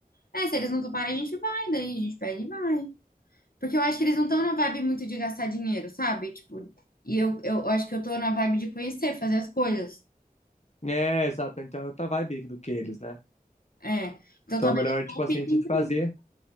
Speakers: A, on the left (about 70°); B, on the left (about 45°).
A: É, se eles não toparem, a gente vai, daí a gente pega e vai. Porque eu acho que eles não estão na vibe muito de gastar dinheiro, sabe? Tipo, e eu, eu acho que eu tô na vibe de conhecer, fazer as coisas.
B: É, exato. Então é outra vibe do que eles, né?
A: É. Então
B: Então
A: talvez
B: é melhor,
A: eles
B: tipo
A: não optem
B: assim, a gente
A: por
B: fazer.
A: isso.